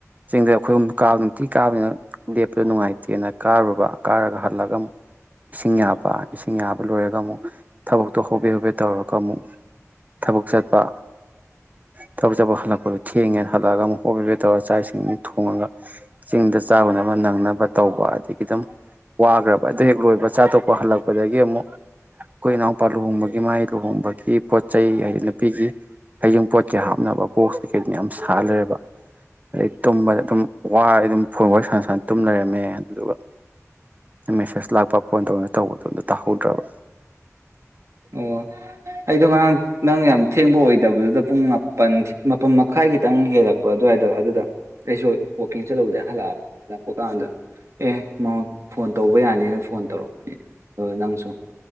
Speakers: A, on the right; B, on the right.
A: ꯆꯤꯡꯗ ꯑꯩꯈꯣꯏ ꯑꯃꯛ ꯀꯥꯕ ꯅꯨꯡꯇꯤ ꯀꯥꯕꯅꯤꯅ ꯂꯦꯞꯄꯗ ꯅꯨꯡꯉꯥꯏꯇꯦꯅ ꯀꯥꯔꯨꯕ ꯀꯥꯔꯒ ꯍꯜꯂꯒ ꯑꯃꯨꯛ ꯏꯁꯤꯡ ꯌꯥꯕ ꯏꯁꯤꯡ ꯌꯥꯕ ꯂꯣꯏꯔꯒ ꯑꯃꯨꯛ ꯊꯕꯛꯇꯣ ꯍꯣꯕꯦ ꯍꯣꯕꯦ ꯇꯧꯔꯒ ꯑꯃꯨꯛ ꯊꯕꯛ ꯆꯠꯄ ꯊꯕꯛ ꯆꯠꯄꯛ ꯍꯜꯂꯛꯄꯗꯣ ꯊꯦꯡꯉꯦꯅ ꯍꯜꯂꯛꯑꯒ ꯑꯃꯨꯛ ꯍꯣꯞ ꯕꯦꯠ ꯇꯧꯔꯒ ꯆꯥꯛ ꯏꯁꯤꯡ ꯊꯣꯡꯉꯒ ꯆꯤꯡꯗ ꯆꯥꯨꯅꯕ ꯅꯪꯅꯕ ꯇꯧꯕ ꯑꯗꯒꯤ ꯑꯗꯨꯝ ꯋꯥꯈ꯭ꯔꯕ ꯑꯗꯨ ꯍꯦꯛ ꯂꯣꯏꯕ ꯆꯥ ꯑ ꯊꯣꯛꯄ ꯍꯜꯂꯛꯄꯗꯒꯤ ꯑꯃꯨꯛ ꯑꯩꯈꯣꯏ ꯏꯅꯥꯎꯄꯥ ꯂꯨꯍꯣꯡꯕꯒꯤ ꯃꯥꯒꯤ ꯂꯨꯍꯣꯡꯕꯒꯤ ꯄꯣꯠ ꯆꯩ ꯍꯥꯏꯗꯤ ꯅꯨꯄꯤꯒꯤ ꯍꯥꯏꯖꯤꯡ ꯄꯣꯠ ꯀꯩ ꯍꯥꯞꯅꯕ ꯕꯣꯛꯁ ꯀꯩꯀꯩ ꯌꯥꯝ ꯁꯥꯠꯜꯂꯔꯦꯕ ꯑꯗꯩ ꯇꯨꯝꯕꯗ ꯑꯗꯨꯝ ꯋꯥꯔ ꯑꯗꯨꯝ ꯐꯨꯠꯕ ꯁꯅ ꯇꯨꯝ ꯂꯩꯔꯝꯃꯦ ꯑꯗꯨꯗꯨꯒ ꯃꯦꯁꯦꯖ ꯂꯥꯛꯄ ꯐꯣꯟ ꯇꯧꯅ ꯇꯧꯕꯗꯣ ꯑꯝꯗ ꯇꯥꯍꯧꯗ꯭ꯔꯕ
B: ꯑꯣ ꯑꯩꯗꯣ ꯉꯔꯥꯡ ꯅꯪ ꯌꯥꯝ ꯊꯦꯡꯕ ꯑꯣꯏꯗꯕꯗꯨꯗ ꯄꯨꯡ ꯃꯥꯄꯟ ꯃꯥꯄꯟ ꯃꯈꯥꯏ ꯈꯤꯇꯪ ꯍꯦꯜꯂꯛꯄ ꯑꯗꯨꯋꯥꯏꯗꯣ ꯑꯗꯨꯗ ꯑꯩꯁꯨ ꯋꯥꯛꯀꯤꯡ ꯆꯠꯍꯧꯗꯦ ꯍꯜꯂꯛꯑꯕ ꯍꯜꯂꯛꯄ ꯀꯥꯟꯗ ꯑꯦ ꯃ ꯐꯣꯟ ꯇꯧꯕ ꯌꯥꯅꯤꯅ ꯐꯣꯟ ꯇꯧꯔꯛꯄꯅꯤꯅ ꯑꯗꯣ ꯅꯪꯁꯨ